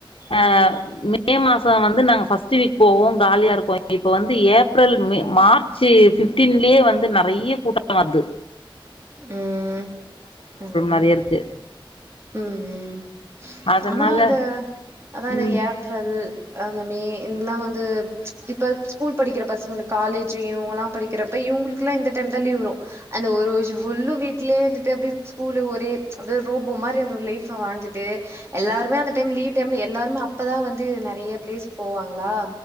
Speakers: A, on the left; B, on the right.
A: அ
B: ம்
A: மே மே மாசோ வந்து நாங்க ஃபர்ஸ்ட்டு வீக் போவோ காலியா இருக்கு இப்போ வந்து ஏப்ரல் மே மார் ச்சி ஃபிஃப்டீன்லியே வந்து நெறைய கூட்டோ வர்து
B: ம் ஆமா
A: நெறைய இருக்கு
B: ம் ம்
A: அதனால
B: ஆனா இந்த அதா இந்த
A: ம்
B: ஏப்ரல் அந்த மே இன்லா வந்து இப்ப ஸ்கூல் படிக்கிற பசங்களுக் காலேஜி இவங்கலாம் படிக்கிறப் இப்ப இவுங்ளுக்குலா இந்த டைம்தா லீவ் வரு அந்த ஒரு வருஷம் ஃபுல்லு வீட்லே இந்துட்டு அப்டியே ஸ்கூலு ஒரே அந்த ரோப் போ மாரி அந்த ஒரு லைஃப வாழ்ந்துட்டு எல்லாருமே அந்த டைம் லீவ் டைம்ல எல்லாருமே அப்பதா வந்து நெறைய பிளேஸ் போவாங்ளா